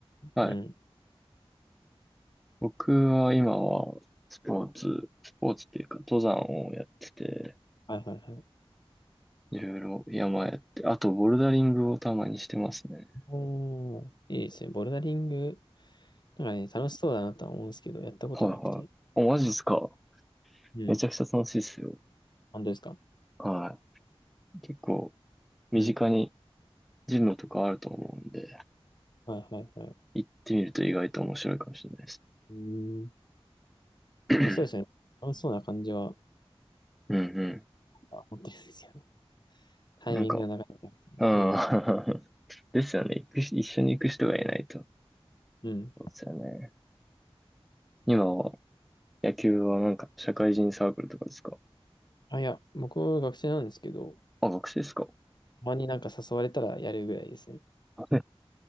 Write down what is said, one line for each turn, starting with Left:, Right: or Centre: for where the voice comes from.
Centre: はい。
Left: うん。
Centre: 僕は今は、スポーツ、スポーツっていうか、登山をやってて、
Left: はいはいはい。
Centre: いろいろ山やって、あと、ボルダリングをたまにしてますね。
Left: おー、いいですね。ボルダリング、なんかね、楽しそうだなとは思うんですけど、やったことはなくて。
Centre: はいはい。お、マジですか
Left: うん。
Centre: めちゃくちゃ楽しいですよ。
Left: 本当ですか
Centre: はい。結構、身近に
Left: うん。
Centre: ジムとかあると思うんで、
Left: はいはいはい。
Centre: 行ってみると意外と面白いかもしれないです。
Left: うーん。
Centre: <clears throat> うん
Left: まあそうですね。楽しそうな感じは
Centre: うん。
Left: あ持ってるんですよね。タイミングがなかなか。
Centre: なんか、うん。<laughs>
Left: うん。
Centre: ですよね。行くし、一緒に行く人がいないと。
Left: うん。
Centre: そうですよね。今は、野球はなんか、社会人サークルとかですか
Left: あ、いや、僕は学生なんですけど、
Centre: あ、学生ですか
Left: たまになんか誘われたらやるぐらいですね。
Centre: <laughs>